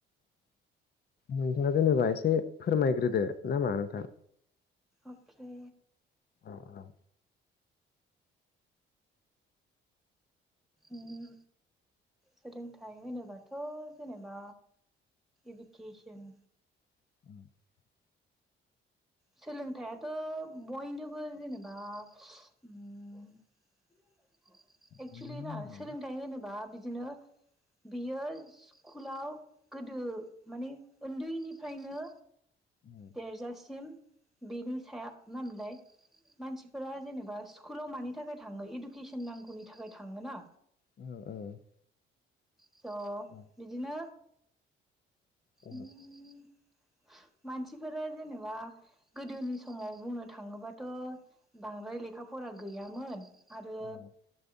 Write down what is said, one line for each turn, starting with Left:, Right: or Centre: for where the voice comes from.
Left: नोंथाङा जेनेबा एसे फोरमायग्रोदो नामा नोंथां
Centre: अके
Left: औ औ
Centre: उम सोलोंथाइ होनोबाथ' जेनेबा इडुकेसन
Left: <inaudible>
Centre: सोलोंथायाथ' बयनोबो जेनेबा उम एक्सलि
Left: बयनोबो
Centre: ना
Left: नांगौ।
Centre: सोलोंथाइ होनोबा बिदिनो बियो स्कुलाव गोदो माने उन्दैनिफ्रायनो
Left: औ
Centre: देरजासिम बेनि साया मा होनमोनलाय मानसिफोरा जेनेबा स्कुलाव मानि थाखाय थाङो इडुकेसन नांगौनि थाखाय थाङो ना
Left: औ औ
Centre: स'
Left: औ
Centre: बिदिनो
Left: ओ
Centre: उम मानसिफोरा जेनेबा गोदोनि समाव बुंनो थाङोबाथ' बांद्राय लेखा फरा गैयामोन आरो
Left: औ